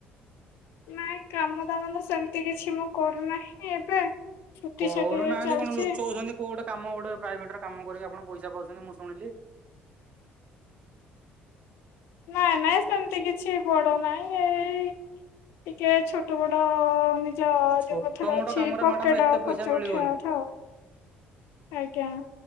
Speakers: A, on the left; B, on the right.
A: ନାଇଁ କାମ ଦାମ ତ ସେମତି କିଛି ମୁଁ କରୁନାହିଁ। ଏବେ। ଛୁଟି
B: କରୁନାହାନ୍ତି
A: ଛାଟି ଚାଲିଛି
B: କଣ ଲୁଚାଉଛନ୍ତି। କୋଉ ଟେ କାମ ଗୋଟେ ପ୍ରାଇଭେଟ୍‌ ରେ କାମ କରିକି ଆପଣ ପଇସା ପାଉଛନ୍ତି ମୁଁ ଶୁଣିଲି।
A: ନାଇଁ ନାଇଁ ସେମିତି କିଛି ବଡ଼ ନାଇଁ। ଏଇ ଟିକେ ଛୋଟ ମୋଟ ଯ
B: ଛୋଟ
A: ଯୋଉ କଥାରେ
B: ମୋଟ
A: ଅଛି
B: କାମରେ
A: ପକେଟ
B: ମ୍ୟାଡାମ ଏତେ ପଇସା
A: ଖର୍ଚ୍ଚ
B: ମିଳିବନି
A: ଉଠେଇବା କଥା ଆଉ। ଆଜ୍ଞା।